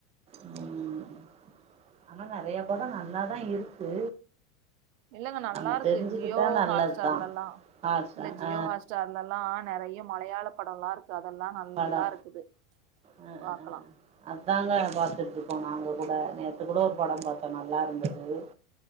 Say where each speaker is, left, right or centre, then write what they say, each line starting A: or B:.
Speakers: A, on the right; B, on the right.
A: உம் அவுங்க அதை படம் நல்லாதா இருக்கு
B: இல்லங்க நல்லா
A: நம்ம
B: இருக்கு
A: தெரிஞ்சுக்கிட்டா
B: ஜியோ
A: நல்லதுதா
B: ஹாட் ஸ்டார்லல்லா
A: ஹார்ஷா
B: இல்ல ஜியோ
A: ஆ
B: ஹாட் ஸ்டார்லல்லா நெறியா மலையாளப் படல்லா இருக் அதெல்லாம் நல்லா
A: படோ
B: இருக்குது
A: ஆ
B: பாக்கலாம்
A: ஆ ஆ அதாங்க பார்த்துட்டு இருக்கோம் நாங்க கூட அதுக்கூட ஒரு படம் பார்த்தேன் நல்லா இருந்தது உம்